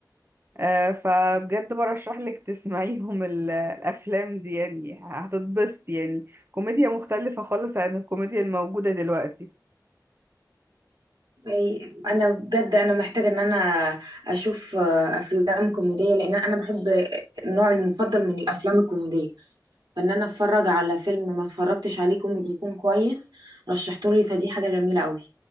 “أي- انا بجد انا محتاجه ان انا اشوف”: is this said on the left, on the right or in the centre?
Right